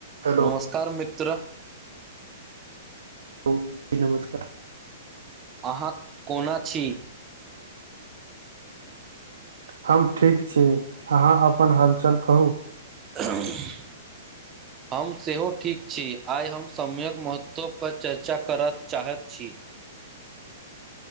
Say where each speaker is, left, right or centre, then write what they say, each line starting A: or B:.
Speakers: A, on the right; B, on the right.
A: hello
B: नमस्कार मित्र
A: ह जी नमस्कार
B: अहाँ कोना छी
A: हम ठीक छी अहाँ अपन हालचल कहू
B: <inaudible>
A: <inaudible>
B: हम सेहो ठीक छी आइ हम समयक महत्वपर चर्चा करय चाहैत छी